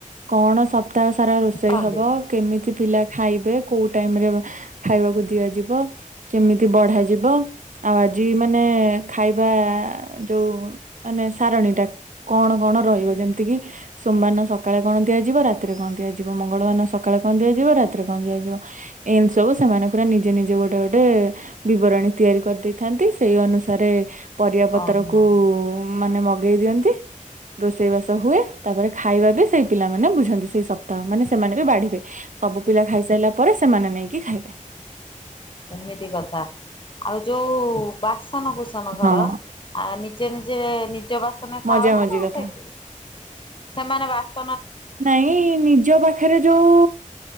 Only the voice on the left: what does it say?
ବାନ୍ତି
ଓହୋ
ଏମିତି କଥା। ଆଉ ଯୋଉ ବାସ୍ ସନ କୁସନ ଧର
ଆ ନି ନିଯେ ନିଜେ ନି। ନିଯବାସନ ରେ ଖାଅ
ନା
ନା
ସେଇଠି। ସେମାନେ ବାସ